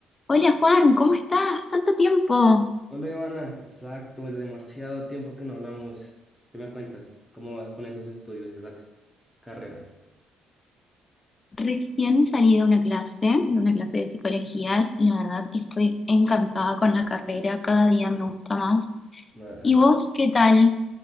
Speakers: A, on the left; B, in the centre.
A: Hola Juan, ¿cómo estás? Tanto tiempo.
B: Hola Ivana, exacto, demasiado tiempo que no hablamos. ¿Qué me cuentas? ¿Cómo vas con esos estudios y esa c- carrera?
A: Recién salí de una clase, de una clase de psicología. La verdad, estoy encantada con la carrera, cada día me gusta más.
B: Ay,
A: ¿Y vos qué tal?